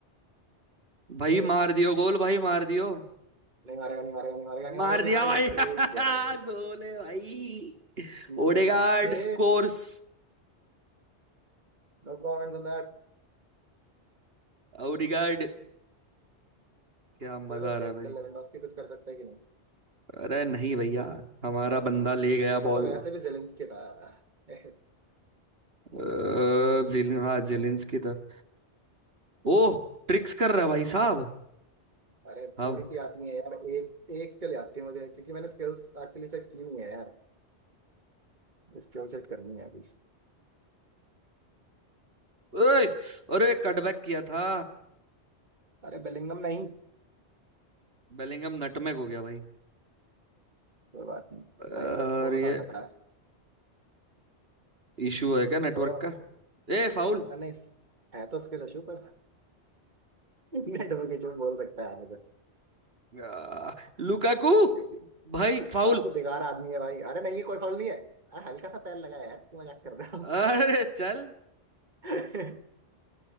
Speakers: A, on the right (about 60°); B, on the right (about 45°).
A: भाई
B: मुझे बस
A: मार दियो गोल भाई मार दियो
B: नहीं मारेगा नहीं मारेगा नहीं मारेगा नहीं
A: मार
B: मारेगा नहीं
A: दिया
B: मारेगा
A: भाई <laughs>
B: तेरी जय हो
A: गोल है भाई Odegaard
B: मुझे
A: scores
B: नो कमेंट
A: ओडेगार्ड क्या मजा
B: चलो
A: आ रहा
B: देखते
A: है भाई
B: हैं लेवेंडोस्की कुछ कर सकता है कि नहीं
A: अरे नहीं भैया हमारा बंदा ले गया
B: वो
A: बॉल
B: तो वैसे भी जेलेंस्की था <laughs>
A: अ,
B: नहीं नहीं पकड़
A: जिलिन
B: लो पकड़
A: हाँ
B: लो
A: जिलिंस
B: पकड़ लो
A: की तरफ ओह ट्रिक्स कर रहा भाई साहब
B: अरे
A: हम
B: थोड़ी सी आती है यार एक एक स्किल आती है मुझे क्योंकि मैंने स्किल्स एक्चुअली सेट की नहीं है यार स्किल सेट करनी है अभी
A: ओए अरे कटबैक किया था
B: अरे बेलिंगम नहीं
A: बेलिंगम नटमेग हो गया भाई
B: कोई बात नहीं
A: और
B: भाई मेरा थोड़ा
A: ये
B: सा अटक रहा है
A: इशू है क्या नेटवर्क
B: तो
A: का ए फाउल
B: नहीं है तो स्किल इशू पर <laughs> नेटवर्क इशू बोल सकता है मुझे
A: आ, लुकाकू
B: क्योंकि
A: भाई फाउल
B: काफी बेकार आदमी है भाई अरे नहीं ये कोई फॉल नहीं है अरे हल्का सा पैर लगाया यार क्यों मजाक कर रहा हूँ
A: अरे चल
B: <laughs>